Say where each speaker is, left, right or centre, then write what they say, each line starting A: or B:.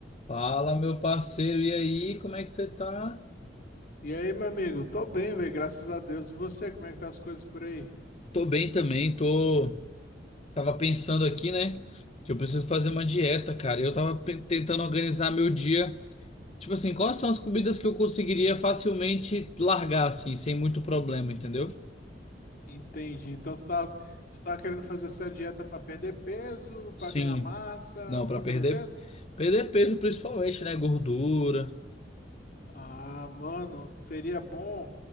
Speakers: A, on the left; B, on the left.
A: Fala, meu parceiro, e aí, como é que você tá?
B: E aí, meu amigo? Tô bem, velho, graças a Deus. E você, como é que tá as coisas por aí?
A: Tô bem também, tô. Tava pensando aqui, né, que eu preciso fazer
B: Uhum.
A: uma dieta, cara. Eu tava pe- tentando organizar meu dia. Tipo assim, quais são as comidas que eu conseguiria facilmente largar, assim, sem muito problema, entendeu?
B: Entendi. Então, tu tá, tu tá querendo fazer essa dieta pra perder peso, pra
A: Sim,
B: ganhar massa,
A: não, pra
B: pra
A: perder.
B: perder peso?
A: Perder peso, principalmente, né? Gordura.
B: Ah, mano, seria bom,